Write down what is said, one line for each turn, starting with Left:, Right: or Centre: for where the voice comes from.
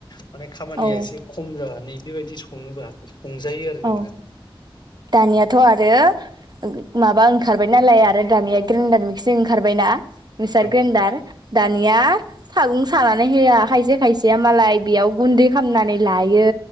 Left: माने खामानिया
Right: औ
Left: एसे खम जानानै बेबायदि सङोबा संजायो आरो जेनेबा
Right: औ दानियाथ आरो माबा ओंखारबाय नालाय आरो दानिया ग्रेन्डार मिकसिं ओंखारबायना। फैसार
Left: औ
Right: गोनदार । दानिया सागं सानानै होआ। खायसे खायसेया मालाय बेयाव गुन्दै खालामनानै लायो